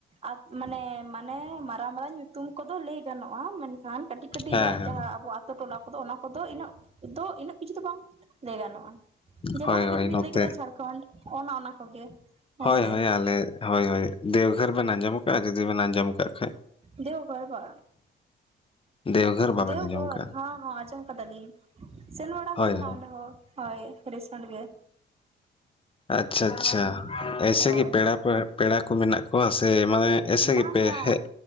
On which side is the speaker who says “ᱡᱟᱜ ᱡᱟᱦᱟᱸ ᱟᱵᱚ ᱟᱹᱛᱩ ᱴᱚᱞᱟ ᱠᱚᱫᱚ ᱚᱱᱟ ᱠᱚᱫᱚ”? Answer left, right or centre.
Right